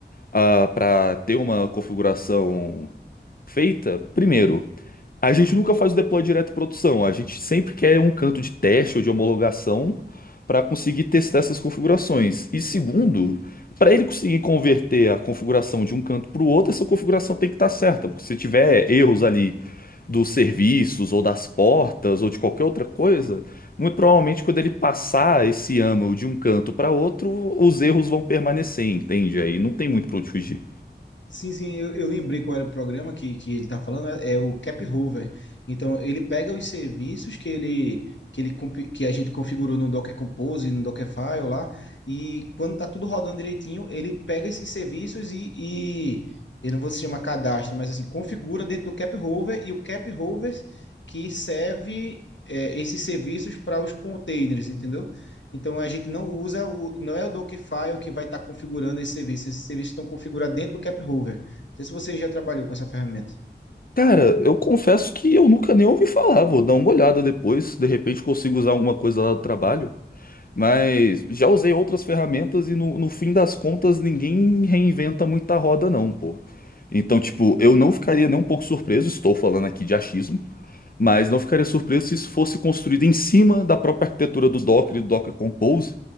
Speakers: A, on the left (about 50°); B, on the left (about 90°).
A: ah, para ter uma configuração feita, primeiro, a gente nunca faz o deploy direto em produção, a gente sempre quer um canto de teste ou de homologação para conseguir testar essas configurações. E segundo, para ele conseguir converter a configuração de um canto para o outro, essa configuração tem que estar certa, porque se tiver erros ali dos serviços ou das portas ou de qualquer outra coisa, muito provavelmente quando ele passar esse YAML de um canto para outro, os erros vão permanecer, entende? Aí não tem muito para onde fugir.
B: Sim, sim, eu, eu lembrei qual era o programa que, que ele está falando, é é o Cap Hover. Então, ele pega os serviços que ele que ele compi- que a gente configurou no Docker Compose, no Dockerfile lá, e quando tá tudo rodando direitinho, ele pega esses serviços e, e eu não vou se chamar cadastro, mas assim, configura dentro do Cap Hover e o Cap Hover que serve é, esses serviços para os containers, entendeu? Então a gente não usa, o, não é o Dockerfile que vai estar configurando esse serviço. Esses serviços estão configurados dentro do CapHover. Não sei se você já trabalhou com essa ferramenta.
A: Cara, eu confesso que eu nunca nem ouvi falar. Vou dar uma olhada depois. De repente consigo usar alguma coisa lá do trabalho. Mas já usei outras ferramentas e no, no fim das contas ninguém reinventa muita roda, não, pô. Então, tipo, eu não ficaria nem um pouco surpreso. Estou falando aqui de achismo. Mas não ficaria surpreso se isso fosse construído em cima da própria arquitetura do Docker e do Docker Compose,